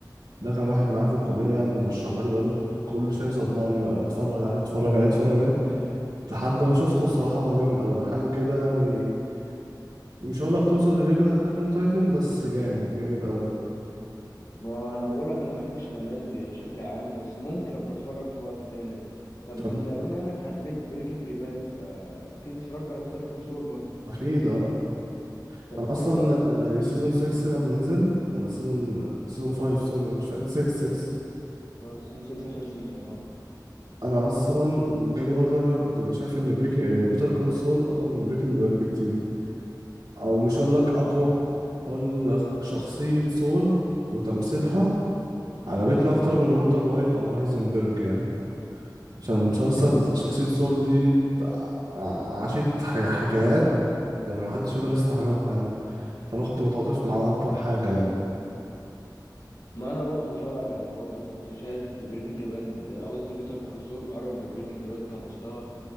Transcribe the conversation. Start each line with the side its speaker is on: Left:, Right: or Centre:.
Right: ده كان واحد معايا في الكلية يعني مرشحها لي بقاله كل شوية يصدعني بقى اتفرج عليه اتفرج عليه اتفرج عليه لحد ما شفته الصراحة هو جامد أوي حاجة كده يعني مش هقول لك توصل لليفل أتاك أون تايتن بس جامد جامد أوي
Left: ما أنا بقولك أنا ما بحبش الأنميات بشكل عام بس ممكن أبقى أتفرج في وقت تاني طب
Right: طب
Left: أنت بما إنك حبيت بريكنج باد فأكيد اتفرجت على بيتر كول سول برضه
Right: أكيد أه
Left: طب
Right: أنا أصلا
Left: رأيك برضه في-
Right: سيزون 6 لما نزل ولا سيزون
Left: مم.
Right: سيزون 5 سوري مش فاكر 6 6
Left: أه سيزون 6 آخر سيزون أه
Right: انا اصلا جالي فتره كده كنت بشايف ان بريكنج بيتر كول سول اقوى من بريكنج باد بكتير او مش هقول لك اقوى هقول لك شخصيه سول وتمثيلها عجبتني اكتر من والتر وايت او هايزنبرج يعني عشان مسلسل شخصيه سول دي ع- عاشت ح- حكايات يعني محدش يقدر يستحملها يعني فانا كنت متعاطف معاها اكتر حاجه يعني
Left: ما أنا برضه شبهك أنا برضه كنت شايف بريكنج باد قصدي بيتر كول سول قرب لبريكنج باد كمستوى